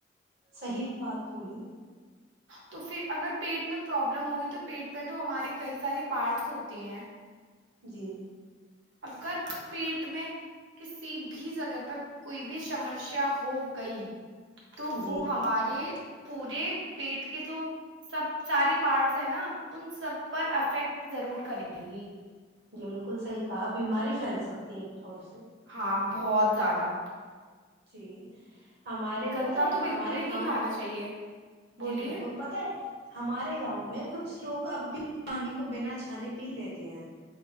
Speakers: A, on the right; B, on the right.
A: صہیب بات بولی
B: تو پھر اگر پیٹ میں پروبلم ہوگی تو پیٹ میں تو ہمارے کئی سارے پارٹس ہوتے ہیں
A: جی
B: اگر پیٹ میں کسی بھی جگہ پر کوئی بھی سمسیا ہو گئی تو
A: جی
B: وہ ہمارے پورے پیٹ کے جو سب سارے پارٹس ہیں نا ان سب پر افیکٹ ضرور کریے گی
A: جی بالکل صحیح کہا بیماری پھیل سکتی ہے تھور سے
B: ہاں بہت زیادہ
A: جی ہمارے
B: گندا
A: پت ہے
B: تو بالکل
A: ہمارے
B: ہی نہیں
A: گاؤں
B: کھانا چاہیے بولیے
A: جی بالکل پت ہے ہمارے گاؤں میں کچھ لوگ اب بھی پانی کو بنا چھانے پی لیتے ہیں